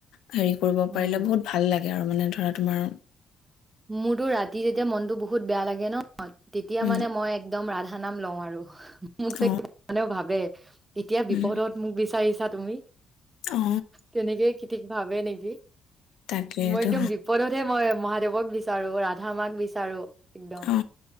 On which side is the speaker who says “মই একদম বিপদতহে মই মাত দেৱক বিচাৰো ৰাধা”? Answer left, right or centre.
Right